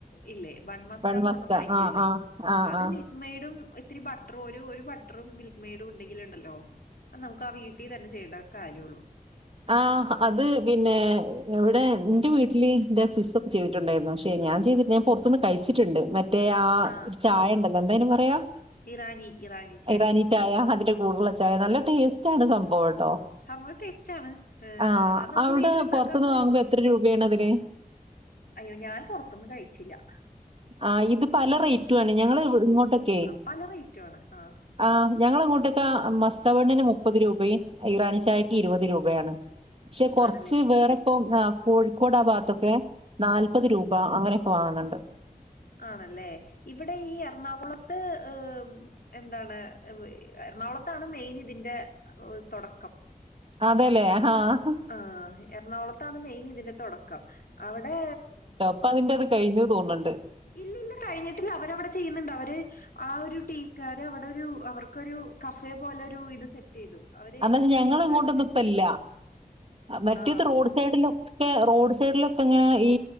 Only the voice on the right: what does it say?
വെൺമസ്ക
ആഹ് ആഹ് ആഹ്
ആഹ്
ആഹ് അത് പിന്നെ എവിടെ ന്റെ വീട്ടില് എന്റെ സിസ് ചെയ്തിട്ടുണ്ടായിരുന്നു പക്ഷെ ഞാൻ ചെയ്തിട്ടില്ല ഞാൻ പുറുന്ന് കഴിച്ചിട്ടുണ്ട് മ മറ്റേ ആഹ
ഒരു ചായ ഉണ്ടല്ലോ എന്തായന് പറയാ
ഇറാനി ചായ അതിന്റെ കൂടുള്ള ചായ നല്ല ടേസ്റ്റാണ് സംഭവംട്ടോ
ആഹ
അവിടെ
പൊറത്തുന്നു വാങ്ങുമ്പോ
എത്ര രൂപയാണ് അതിന്
ആഹ ഇത് പല റേറ്റ്യും ആണ് ഞങ്ങള് ഇങ്ങോട്ടൊക്കെ
ആഹ ഞങ്ങളെങ്ങോട്ടൊക്കെ മസ്ത ബണ്ണിന് മുപ്പത് രൂപയും ഇറാനി ചായക്ക് ഇരുപത് രൂപയാണ് ക്ഷെ കുറച്ച്
വേറെപ്പം
ആഹ് കോഴിക്കോട് ആഭാഗത്തൊക്കെ നാല്പത് രൂപ അങ്ങനെയൊക്കെ വാങ്ങണ്ണ്ട്
അതെല്ലേ ആഹ ആഹ്
ഇപ്പാ അതിന്റേത് കഴിഞ്ഞു തോന്നുണ്ട്
അന്നാ ഞങ്ങളെ
ഇങ്ങോട്ടൊന്നും
ഇപ്പല്ല
മറ്റേത്
റോഡ് സൈഡിലൊ ന്റെ റോഡ് സൈഡിലൊക്കൊങ്ങനെ ഈ